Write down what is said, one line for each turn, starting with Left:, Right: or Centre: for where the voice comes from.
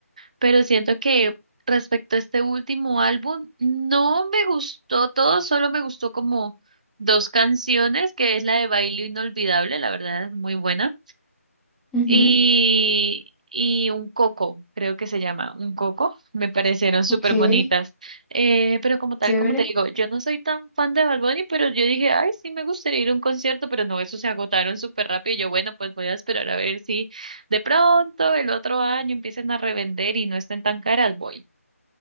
Right: Pero siento que respecto a este último álbum, no me gustó todo, solo me gustó como dos canciones, que es la de Baile Inolvidable, la verdad es muy buena.
Centre: Ujú,
Right: y, y un coco, creo que se llama, un coco, me parecieron súper
Centre: ok,
Right: bonitas. Eh, pero como tal,
Centre: chévere.
Right: como te digo, yo no soy tan fan de Bad Bunny, pero yo dije, ay, sí, me gustaría ir a un concierto, pero no, eso se agotaron súper rápido. Y yo, bueno, pues voy a esperar a ver si de pronto el otro año empiecen a revender y no estén tan caras, voy.